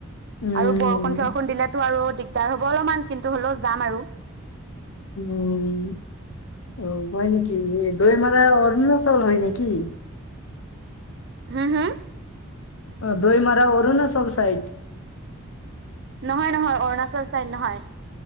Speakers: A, on the left; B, on the right.
A: উম
B: আৰু বৰষুণ চৰষুণ দিলেতো আৰু দিগ- তাৰ হ'ব অলপমান কিন্তু হ'লেও যাম আৰু
A: উম', অ, হয় নেকি। এই দৈ মাৰা অৰুণাচল হয় নেকি?
B: হম। হম
A: অ', দৈ মৰা অৰুণাচল চাইড
B: নহয়। নহয়। অৰুণাচল ছাইদ নহয়।